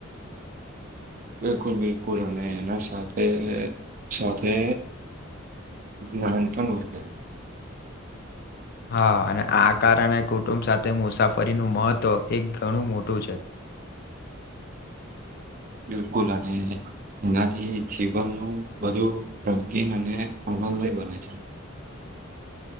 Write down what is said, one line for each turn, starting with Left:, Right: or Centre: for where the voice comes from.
Right: બિલકુલ-બિલકુલ અને એના સાથે-સાથે જ્ઞાન પણ. <unintelligible>
Left: હા અને આ કારને કુટુંબ સાથે મુસાફરીનું મહત્ત્વ એક ઘણું મોટું છે. <inaudible>
Right: બિલકુલ અને એનાથી જીવનનું વધુ રમકીન અને અમન મઈ બના છે.